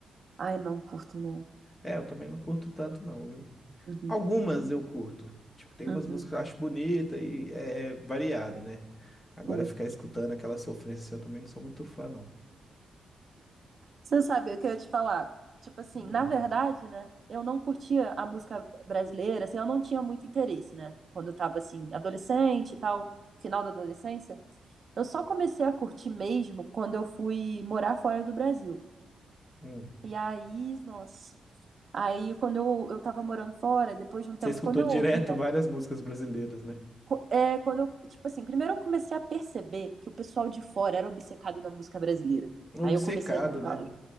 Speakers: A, on the right (about 35°); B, on the left (about 15°).
A: Ai, não curto, não.
B: É, eu também não curto tanto, não, viu?
A: Uhum,
B: Algumas eu curto. Tipo, tem
A: uhum,
B: umas músicas que eu acho bonita e é variado, né? Agora
A: sim.
B: ficar escutando aquela sofrência assim, eu também não sou muito fã, não.
A: Você sabe o que eu ia te falar? Tipo assim,
B: Hum,
A: na verdade, né? Eu não curtia a música brasileira, assim, eu não tinha muito interesse, né? Quando eu tava, assim, adolescente e tal, final da adolescência. Eu só comecei a curtir mesmo quando eu fui morar fora do Brasil.
B: hum.
A: E aí, nossa. Aí, quando eu, eu tava morando fora, depois de um tempo,
B: Você escutou
A: quando eu
B: direto
A: ouvia.
B: várias músicas brasileiras, né?
A: co- É, quando eu, tipo assim, primeiro eu comecei a perceber que o pessoal de fora era obcecado na música brasileira.
B: Obcecado,
A: Aí eu comecei a dar valor.
B: né?